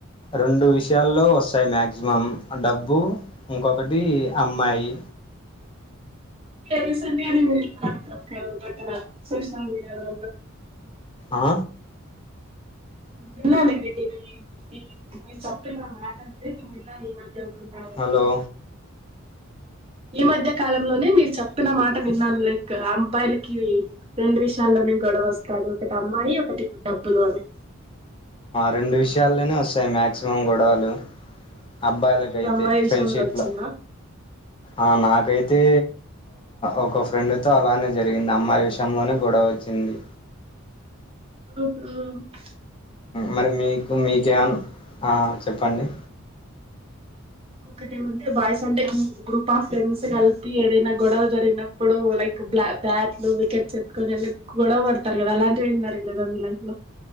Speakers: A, on the left (about 25°); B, on the right (about 25°).
A: రెండు విషయాల్లో వస్తాయి మాక్సిమం డబ్బు ఇంకొకటి అమ్మాయి
B: రీసెంట్గా పట్ట సోషల్ మీడియాలో
A: ఆ
B: నిల్ నది ఈ సొప్ప మాట్ అందే నిల్ మధ్య <unintelligible> అ
A: హలో
B: ఈ మధ్య కాలంలోనే మీరు చెప్పిన మాట విన్నాను లైక్ అబ్బాయిలకి రెండు విషయాల్లో అ గొడవ వస్తారు ఒకటి అమ్మాయి ఒకటి డబ్బులు అని
A: రెండు విషయాల్లోనే వస్తాయి మాక్సిమం గొడవలు అబ్బాయిలకైతే
B: ఇక అమ్మాయి
A: ఫ్రెండ్షిప్
B: విషయంలో వచ్చిందా
A: లో ఆ నాకైతే ఒక ఫ్రెండ్తో అలానే జరిగింది అమ్మాయి విషయంలోనే గొడవ వచ్చింది
B: ఆహా
A: మరి మీకు మీకే చెప్పండి
B: ఇంకొకటి ఏమంటే బాయ్స్ అంటే గ్రూప్ ఆఫ్ ఫ్రెండ్స్ కలిపి ఏదైనా గొడవ జరిగినప్పుడు లైక్ బ్యాట్లు వికెట్ ఎత్తుకొని వెళ్ళి గొడవ పడతారు కదా అలాంటివి ఏం జరగలేదు మీ లైఫ్ లో